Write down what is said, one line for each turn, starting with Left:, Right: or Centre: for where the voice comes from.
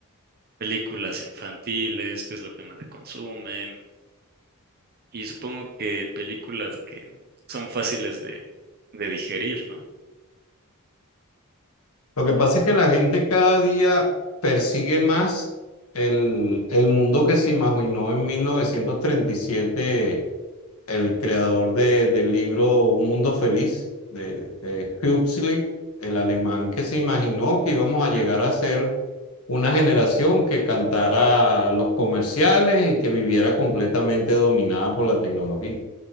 Right: películas infantiles, que es lo que más se consume. Y supongo que películas que son fáciles de, de digerir, ¿no?
Left: Lo que pasa es que la gente cada día persigue más el, el mundo que se imaginó en 1937 el creador de- del libro Un Mundo Feliz de, de Huxley, el alemán que se imaginó que íbamos a llegar
Right: Ujú,
Left: a ser una generación que cantara los comerciales y que viviera completamente dominada por la tecnología.